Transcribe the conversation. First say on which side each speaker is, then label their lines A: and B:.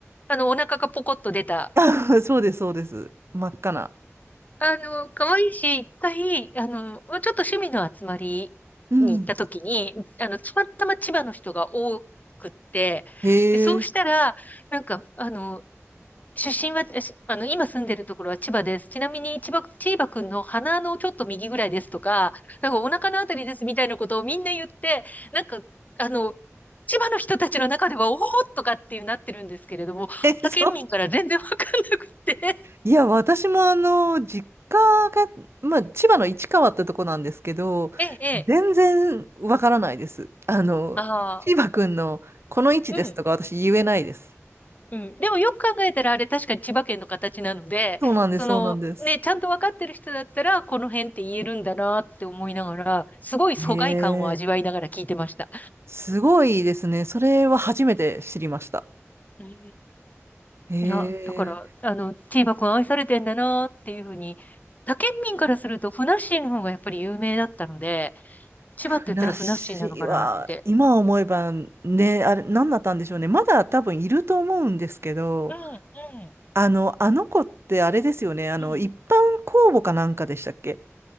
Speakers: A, on the left; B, on the right.
A: あの、お腹がポコッと出た。
B: <laughs> そうです、そうです。真っ赤な。
A: あの、可愛いし、一回、あの、まあちょっと趣味の集まりに行った時に、
B: うん。
A: あの、たまたま千葉の人が多くって、
B: へえ。
A: で、そうしたら、なんか、あの、出身は、しあの、今住んでるところは千葉です。ちなみに、千葉、千葉くんの鼻のちょっと右ぐらいですとか、なんかお腹のあたりですみたいなことをみんな言って、なんか、あの、千葉の人たちの中では、おおとかっていうなってるんですけれども、
B: <laughs> え、そう。
A: 他県民から全然わかんなくて。<laughs>
B: いや、私もあの、実家が、まあ、千葉の市川ってとこなんですけど、
A: ええ、ええ、
B: 全然わからないです。あの、
A: ああ、
B: 千葉くんのこの位置ですとか私言えないです。
A: うん、うん。でもよく考えたら、あれ確かに千葉県の形なので、
B: そうなんです、
A: その、
B: そうなんです。
A: ね、ちゃんとわかってる人だったら、この辺って言えるんだなって思いながら、すごい疎外感を味わいながら聞いてました。
B: へすごいですね。それは初めて知りました。
A: うん。
B: へ
A: いや、だから、
B: え。
A: あの、チーバくん愛されてんだなっていうふうに、他県民からすると、ふなっしーの方がやっぱり有名だったので、千葉って言ったらふなっしーなのかなって。
B: ふなっしーは、今思えばね、あれ、何だったんでしょうね。まだ多分いると思うんですけど、
A: うん、うん、
B: あの、あの子ってあれですよね。あの、
A: うん。
B: 一般公募かなんかでしたっけ